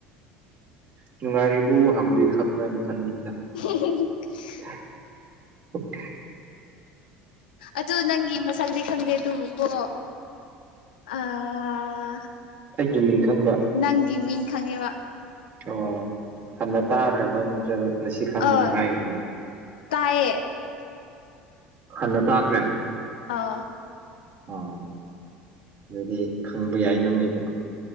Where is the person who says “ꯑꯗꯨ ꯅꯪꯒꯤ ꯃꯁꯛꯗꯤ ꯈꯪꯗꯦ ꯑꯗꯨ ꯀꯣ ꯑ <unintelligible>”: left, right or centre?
Left